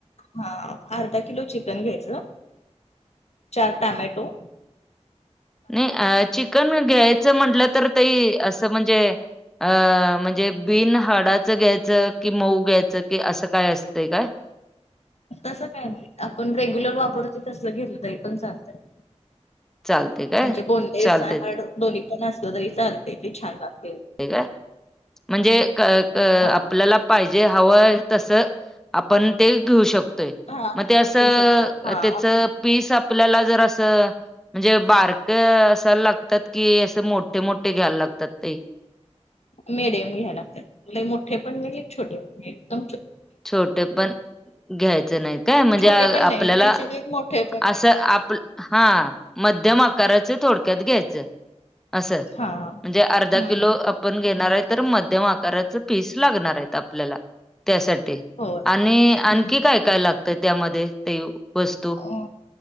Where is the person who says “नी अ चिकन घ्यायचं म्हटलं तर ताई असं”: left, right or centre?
Centre